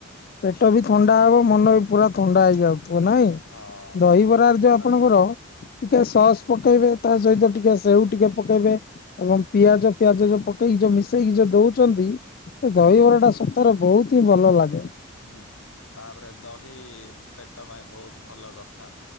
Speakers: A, on the left (about 45°); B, on the left (about 75°).
A: ପେଟ ବି ଥଣ୍ଡା ହବ, ମନ ବି ପୁରା ଥଣ୍ଡା ହେଇଯାଉଥିବ ନାଇଁ।
B: ହଁ
A: ଦହିବରାର ଯୋଉ
B: ତା
A: ଆପଣଙ୍କର ଟିକେ ସସ୍ ପକେଇବେ ତା ସହିତ ଟିକେ ସେଉ ଟିକେ ପକେଇବେ ଏବଂ ପିଆଜ ପିଆଜ ଯୋଉ ପକେଇକି ଯୋଉ ମିଶେଇକି ଯୋଉ ଦୋଉଛନ୍ତି ସେ ଦହିବରାଟା
B: ହଁ
A: ସତରେ ବହୁତ ହିଁ ଭଲ ଲାଗେ।
B: ହୁଁ ତାପରେ ଦହି ପେଟ ପାଇଁ ବହୁତ ଭଲ କଥା।